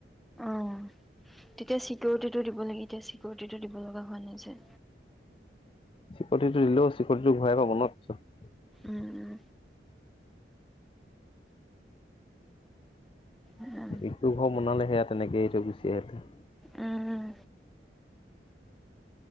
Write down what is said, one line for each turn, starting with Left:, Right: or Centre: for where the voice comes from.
Centre: অ তেতিয়া চিক‌ৰিটিটো দিব লাগে এতিয়া চিকৰিটিটো দিব লগা হোৱা নাই যে
Left: চিকৰিতিটো দিলও চিকৰিতিটো ঘূৰাই পাব ন পিছত
Centre: উম্ উম
Left: ইটো ঘৰ বনালে সেয়াত তেনেকে ত‌ই গুচি আহিলি
Centre: উম